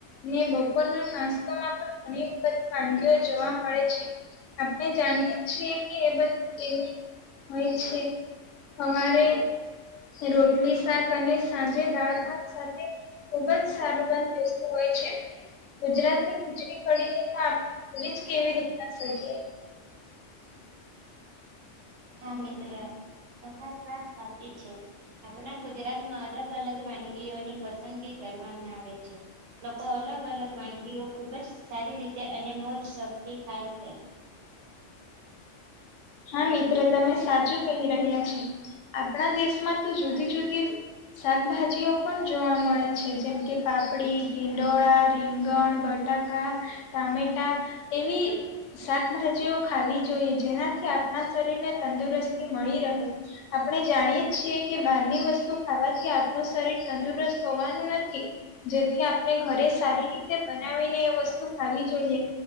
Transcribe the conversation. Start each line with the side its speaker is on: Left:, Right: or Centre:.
Left: અને બપોરના નાસ્તોમાં પણ ઘણી બધી વાનગીઓ જોવા મળે છે. આપણે જાણીએ છીએ કે એ બધી કેવી હોય છે. હવારે રોટલી શાક અને સાંજે દાળ ભાત સાથે ખુબ જ સારું બંધબેસતું હોય છે અને ગુજરાતની ખીચડી કઢીને તો આપણે ભૂલી જ કેવી રીતના શકીએ?
Right: હા મિત્ર. તમારી વાત સાચી છે. આપણા ગુજરાતમાં અલગ અલગ વાનગીઓની પસંદગી કરવામાં આવે છે. લોકો અલગ અલગ વાનગીઓ ખુબ જ સારી રીતે અને મોજ શોખથી ખાય છે.
Left: હા મિત્ર. તમે સાચું કહી રહ્યા છે. આપણા દેશમાં તો જુદી જુદી શાકભાજીઓ પણ જોવા મળે છે જેમ કે પાપડી, ટીંડોળા, રીંગણ, બટાકા ઘણાં ટામેટા એવી શાકભાજીઓ ખાવી જોઈએ. જેનાથી કે આપણા શરીરને તંદુરસ્તી મળી રહે. આપણે જાણીએ છીએ કે બહારની વસ્તુ ખાવાથી આપણ શરીર તંદુરસ્ત હોવાનું નથી. જેથી આપણે ઘરે સારી રીતે બનાવીને એ વસ્તુ ખાવી જોઈએ.